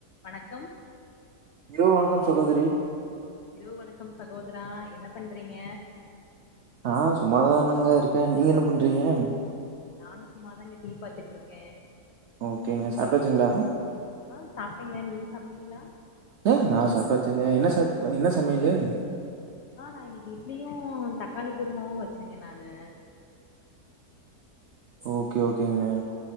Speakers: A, on the left (about 85°); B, on the right (about 80°).
A: வணக்கம்
B: இரவு வணக்கம் சகோதரி
A: இரவு வணக்கம் சகோதரா என்ன பண்றீங்க
B: ஆ சும்மாதானங்க இருக்கே நீங்க என்ன பண்றீங்க
A: நானு சும்மாதாங்க டீ பாத்துட்டு இருக்கே
B: ஓகேங்க சாப்டாச்சுங்களா
A: ஆ சாப்ட்டேங்க நீங்க சாப்ட்டீங்களா
B: ஏ நா சாப் அ வச்சிங்க என்ன ச என்ன சமயலு
A: ஆ நா இன்னக்கி இட்லியு தக்காளி குருமாவு வச்சேங்க நானு
B: ஓகே ஓகேங்க